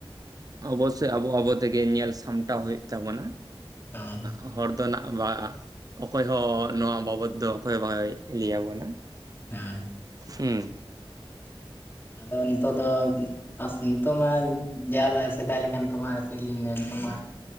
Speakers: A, on the right; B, on the left.
A: ᱚᱵᱚᱥᱳᱭ ᱟᱵᱚ ᱟᱵᱚ ᱛᱮᱜᱮ ᱧᱮᱞ ᱥᱟᱢᱴᱟᱣ ᱦᱩᱭᱩᱜ ᱛᱟᱵᱚᱱᱟ
B: ᱦᱳᱭ
A: ᱚ ᱦᱚᱲ ᱫᱚ ᱱᱟᱜ ᱵᱟ ᱚᱠᱚᱭ ᱦᱚᱸ ᱱᱚᱣᱟ ᱵᱟᱵᱚᱫ ᱫᱚ ᱚᱠᱚᱭ ᱦᱚᱸ ᱵᱟᱭ ᱞᱟᱹᱭᱟᱵᱚᱱᱟ
B: ᱦᱮᱸ
A: ᱦᱩᱸ
B: ᱟᱫᱚ ᱱᱤᱛᱚᱜ ᱫᱚ ᱟ ᱱᱤᱛᱚᱜ ᱢᱟ ᱡᱟ ᱥᱮᱫᱟᱭ ᱞᱮᱠᱷᱟᱱ ᱱᱤᱛᱚᱜ ᱢᱟ ᱪᱮᱫ ᱞᱤᱧ ᱞᱟᱹᱭᱟ ᱱᱤᱛᱚᱜ ᱢᱟ